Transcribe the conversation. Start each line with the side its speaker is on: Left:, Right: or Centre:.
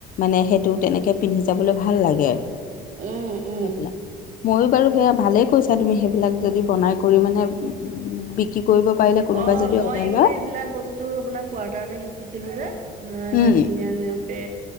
Left: মানে সেইটো তেনেকৈ পিন্ধি যাবলৈ ভাল লাগে। সেইবিলাক।
Right: উম উম
Left: ময়ো বাৰু সেইয়া ভালেই কৈছা তুমি, সেইবিলাক যদি বনাই কৰি মানে বি ক্ৰী কৰিব পাৰিলে, কোনোবাই
Right: অ
Left: যদি
Right: মই
Left: অৰ্ডাৰ
Right: মানে
Left: লয়।
Right: এইবিলাক বস্ টো আপোনাৰ কোৱাৰ্টাৰতে শিকিছিলো যে, এ এনেকে
Left: উম
Right: ধুনীয়া ধুনীয়াকে